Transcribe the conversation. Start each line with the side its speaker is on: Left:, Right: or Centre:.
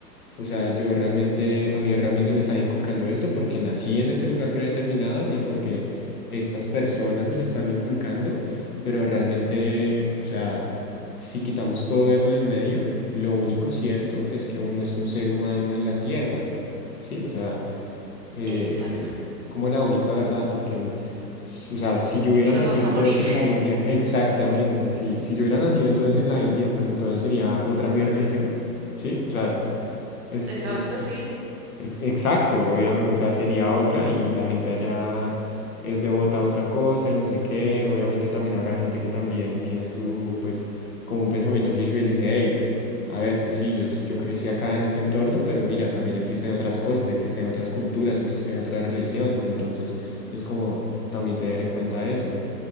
Left: o sea, yo realmente, a mí realmente me está inculcando esto porque nací en este lugar predeterminado y porque estas personas
Right: ujú,
Left: me lo están inculcando, pero realmente, o sea, si quitamos todo eso de en medio, lo único cierto es que uno es un ser humano en la tierra, ¿sí? O sea, eh,
Right: Exacto.
Left: eh, como la única verdad, porque, en- s- o sea, si yo
Right: Y
Left: hubiera
Right: que nos
Left: nacido
Right: vamos a
Left: entonces
Right: morir.
Left: en
Right: <laughs>
Left: la India, exactamente, sí, si yo hubiera nacido entonces en la India, pues entonces sería otra mi religión, ¿sí? O sea... Es,
Right: Exacto,
Left: es,
Right: sí,
Left: Ex- Exacto, obviamente, o sea, sería otra y la gente allá es devota a otra cosa y no sé qué. Obviamente también habrá gente que también tiene su, pues, como un pensamiento crítico y dice, hey, a ver, pues sí, yo, yo crecí acá en este entorno, pero mira, también existen otras cosas, existen otras culturas, existen otras religiones. Entonces, es como también tener en cuenta eso.